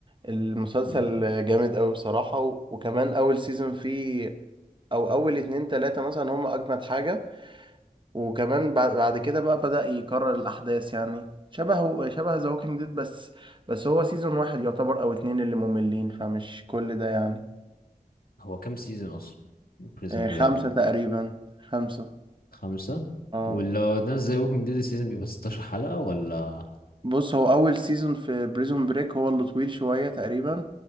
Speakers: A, on the right (about 35°); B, on the left (about 80°).
A: المسلسل
B: مم.
A: جامد قوي بصراحة و... وكمان اول سيزون فيه او اول اتنين تلاتة مثلا هم اجمد حاجة وكمان بعد, بعد كده بقى بدأ يكرر الاحداث يعني شبه شبه ذا ووكينج ديد بس بس هو سيزون واحد يعتبر او اتنين اللي مملين فمش كل ده يعني
B: هو كام سيزون اصلا بريزن
A: آه،
B: بريك
A: خمسة تقريبا خمسة
B: خمسة
A: اه
B: ولا ناس زي ووكينج ديد السيزون بيبقى 16 حلقة ولا
A: بص هو اول سيزون في بريزون بريك هو اللي طويل شوية تقريبا